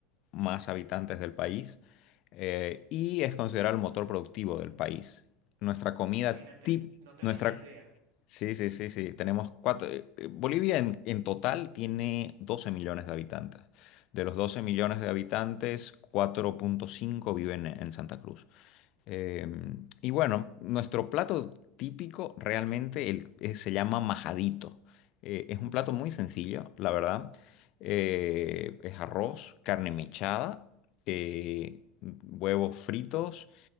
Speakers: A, on the left; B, on the right.
A: más habitantes del país eh, y es considerado el motor productivo del país. Nuestra comida
B: Imagínate,
A: tip,
B: no tenía
A: nuestra...
B: ni idea.
A: Sí, sí, sí, sí. Tenemos cuatro... eh, eh, Bolivia en, en total tiene 12 millones de habitantes. De los 12 millones de habitantes, cuatro punto cinco viven en en Santa Cruz. Eh, y bueno, nuestro plato típico realmente el- eh, se llama majadito. Eh, es un plato muy sencillo, la verdad. Eh, es arroz, carne mechada, eh, huevos fritos.